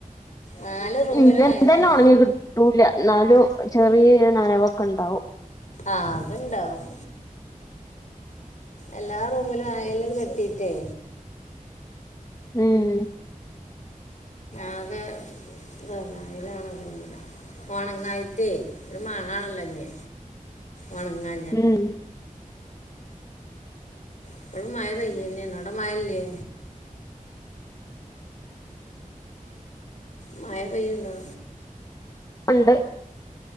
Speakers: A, on the left; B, on the left.
A: നാല് റൂമിലും
B: ഇന്റതഎന്നെ
A: ആയതാണ്
B: ഒണങ്ങി ട്ടുലഎന്നാലും ചെറിയ നനവൊക്ക ഇണ്ടാവും
A: ആഹ് അത്ണ്ടാകും എല്ലാ റൂമിലും അയലും കെട്ടീട്ടേ
B: ഉം
A: ആകെ <unintelligible> ഒണങ്ങായിട്ടേ ഒരു മണാണല്ലോ ഞ്ഞ് ഒണങ്ങാ
B: ഉം
A: ഇപ്പളും മഴ പെയ്യന്നാണ് അവടെ മയ ഇല്യേ മയ പയ്യ്ണ്ടോ
B: ഉണ്ട്